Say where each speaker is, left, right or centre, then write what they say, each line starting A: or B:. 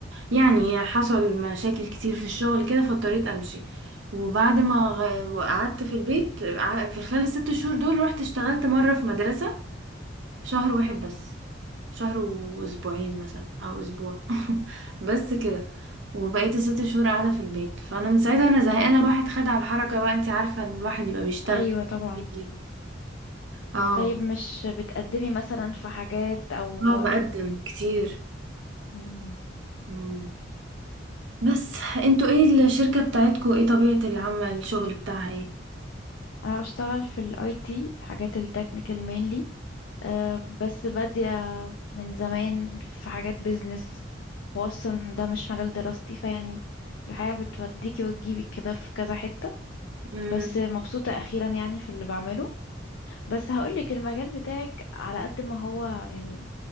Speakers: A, on the right; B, on the left.
A: يعني حصل مشاكل كتير في الشغل كده فاضطريت أمشي وبعد ما غ- قعدت في البيت ع- في خلال الست شهور دول رحت اشتغلت مرة في مدرسة شهر واحد بس شهر واسبوعين مثلا او اسبوع <laughs> بس كده وبقيت الست شهور قاعده في البيت فانا من ساعتها انا زهقانه الواحد خد على الحركه بقى انت عارفه ان الواحد يبقى بيشتغل
B: ايوه طبعا
A: بيجي. اه
B: طيب مش بتقدمي مثلا في حاجات او
A: اه بقدم كتير
B: مم.
A: مم. بس انتوا ايه الشركه بتاعتكوا ايه طبيعه العمل الشغل بتاعها ايه
B: انا بشتغل في الاي تي حاجات التكنيكال مينلي أه بس بادية من زمان في حاجات بيزنس واصلا ده مش مجال دراستي فيعني الحياة بتوديكي وتجيبك كده في كذا حتة
A: مم.
B: بس مبسوطة أخيرا يعني في اللي بعمله بس هقولك المجال بتاعك على قد ما هو يعني